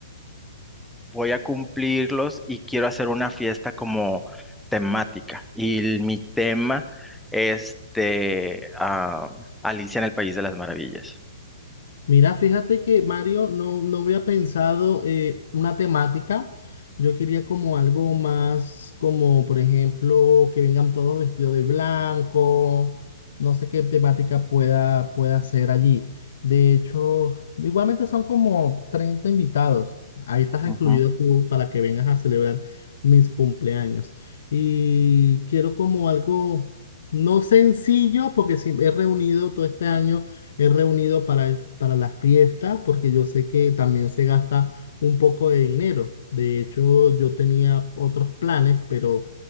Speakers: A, in the centre; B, on the left.
A: voy a cumplirlos y quiero hacer una fiesta como temática. Y el- mi tema es este, ah, Alicia en el País de las Maravillas.
B: Mira, fíjate que Mario, no, no había pensado eh, una temática. Yo quería como algo más, como por ejemplo, que vengan todos vestidos de blanco. No sé qué temática pueda, pueda ser allí. De hecho, igualmente son como 30 invitados. Ahí estás incluido
A: Ujú.
B: tú para que vengas a celebrar mis cumpleaños. Y quiero como algo no sencillo, porque sí, he reunido todo este año he reunido para, es- para la fiesta, porque yo sé que también se gasta un poco de dinero. De hecho, yo tenía otros planes, pero